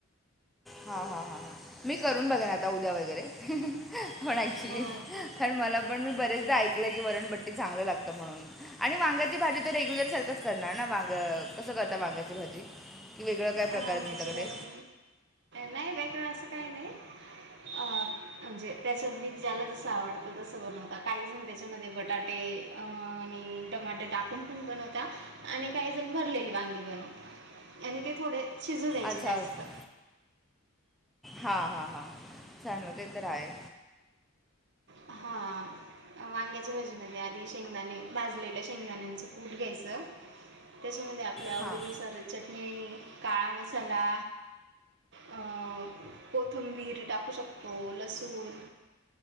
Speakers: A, in the centre; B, on the right.
A: हा-हा -हा-हा मी करून बघेन आता उद्या वगैरे पण ऍक्च्युली
B: हो
A: कारण मला पण मी बरेचदा ऐकलय की वरणबट्टी चांगल लागत म्हणून आणि वांग्याची भाजी तर रेग्युलर सारखंच करणार ना वांग कसं करता वांग्याची भाजी कि वेगळा काय प्रकार
B: वांग्याची
A: आहे तुमच्याकडे
B: भाजी नाही वेगळ अस काही नाही अ म्हणजे त्याच्यात बी ज्याला जस आवडत तस बनवतात काही जण त्याच्यामध्ये बटाटे अ आणि टमाटर टाकून पण बनवतात आणि काही जण भरलेली वांगी बनवतात ते थोडे
A: अच्छा
B: जास्त
A: ओके हा-हा चालेल ते तर आहे
B: हा वांग्याच्या भाजीमध्ये आधी शेंगदाणे भाजलेल्या शेंगदाण्याचं कूट घ्यायचं त्याच्यामध्ये आपल्या
A: हां
B: आवडीनुसार चटणी काळा मसाला अ कोथिंबीर टाकू शकतो लसूण